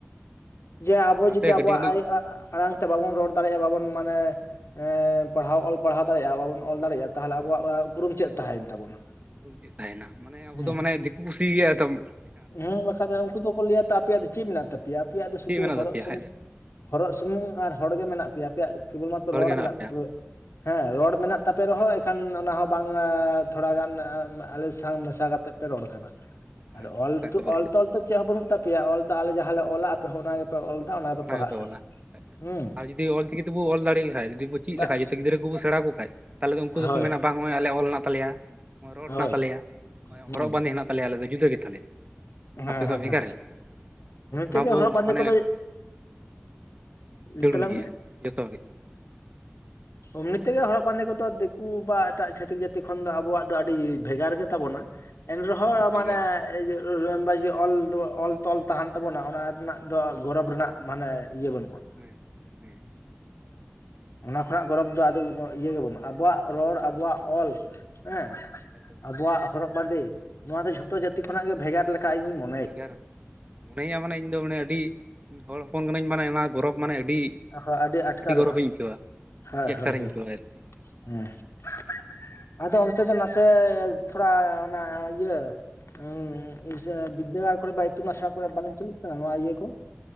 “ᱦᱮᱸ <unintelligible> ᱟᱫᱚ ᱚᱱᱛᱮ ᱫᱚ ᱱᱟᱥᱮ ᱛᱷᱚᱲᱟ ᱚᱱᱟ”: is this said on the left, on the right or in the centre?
Left